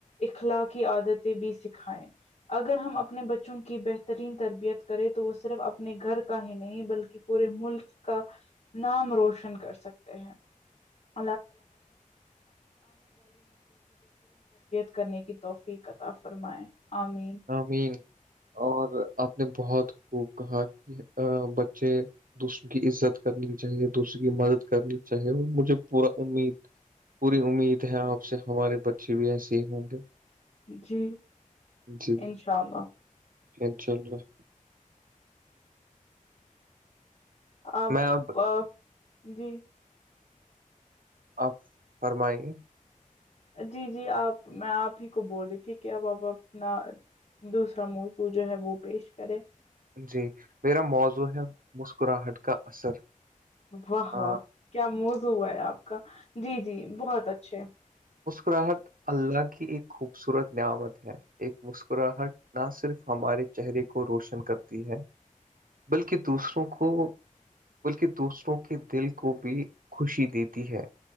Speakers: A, on the left; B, on the right.
A: اخلاق کی عادتیں بھی سکھائیں اگر ہم اپنے بچوں کی بہترین تربیت کریں تو وہ صرف اپنے گھر کا ہی نہیں بلکہ پورے ملک کا نام روشن کر سکتے ہیں <inaudible> کرنے کی توفیق کاطا فرمائے آمین
B: مین اور آپ نے بہت خوب کہا کہ بچے دوسروں کی عزت کرنی چاہیے دوسروں کی مدد کرنی چاہیے وہ مجھے پورا امید پوری امید ہے آپ سے ہمارے بچے بھی ایسے ہی ہوں گے
A: جی
B: جی
A: انشاء اللہ
B: انشاء اللہ
A: آپ
B: میں اب
A: جی
B: آپ فرمائ گے
A: جی جی آپ میں آپ ہی کو بول رہی تھی کہ اب اپ اپنا دوسرا موضوع جو ہے وہ پیش کرے
B: جی میرا موضوع ہے مسکراہٹ کا اثر
A: واہ
B: آ،
A: واہ کیا موزوں ہوا ہے آپ کا جی جی بہت اچھے
B: اسکراہٹ اللہ کی ایک خوبصورت نعمت ہے ایک مسکراہٹ نہ صرف ہمارے چہرے کو روشن کرتی ہے بلکہ دوسروں کو بلکہ دوسروں کے دل کو بھی خوشی دیتی ہے